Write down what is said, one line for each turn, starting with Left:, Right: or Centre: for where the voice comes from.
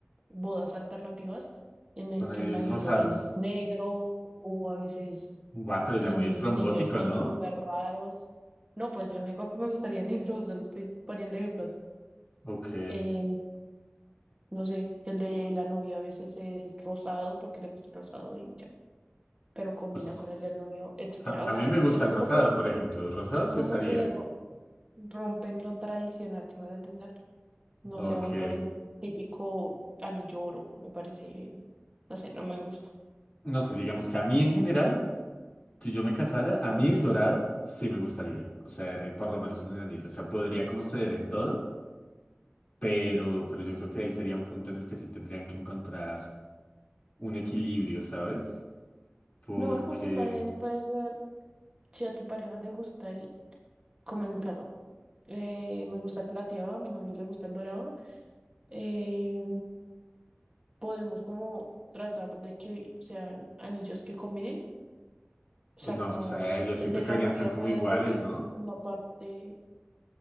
Right: bodas alternativas en el
Left: Con anillos
Right: que el anillo
Left: rosados.
Right: es negro o a veces
Left: Guau, pero ya
Right: tienen
Left: muy estrombótico,
Right: diseños así
Left: ¿no?
Right: súper raros. No, pues yo no digo que me gustaría negro, <laughs> solo estoy poniendo ejemplos.
Left: Ok.
Right: Em, no sé, el de la novia a veces es rosado porque le gusta el rosado y ya. pero combina
Left: Pues
Right: con el del novio, etcétera.
Left: A,
Right: O sea,
Left: a mí me gusta
Right: es
Left: el
Right: como
Left: rosado,
Right: que,
Left: por ejemplo. Rosado
Right: es
Left: sí
Right: como
Left: usaría.
Right: que ro- rompen lo tradicional, si me voy a entender. No
Left: Ok.
Right: se van por el típico anillo oro, me parece, no sé, no me gusta.
Left: No sé, digamos que a mí en general, si yo me casara, a mí el dorado sí me gustaría. O sea, eh, por lo menos en el anillo. O sea, podría como ceder en todo, pero, pero yo creo que ahí sería un punto en el que sí tendrían que encontrar un equilibrio, ¿sabes? Porque,
Right: No, porque puede- puedes ver si a tu pareja le gusta el, como en mi caso, eh, me gusta el plateado, a mi novio le gusta el dorado. eh, podemos como tratar de que sean anillos que combinen, o sea,
Left: no
Right: como
Left: sé, yo siento
Right: el de
Left: que
Right: la
Left: deberían
Right: novia
Left: ser como
Right: pueda
Left: iguales,
Right: tener
Left: ¿no?
Right: una parte,